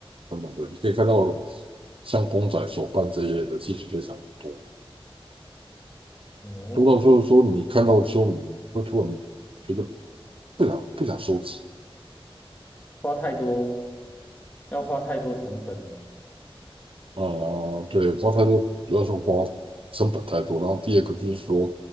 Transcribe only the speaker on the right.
等等的，你可以看到像公仔、手办这一类的，其实非常多。
读到说说你看到的时候，你会突然觉得不想不想收集
啊、呃对，花太多主要是花成本太多，然后第二个就是说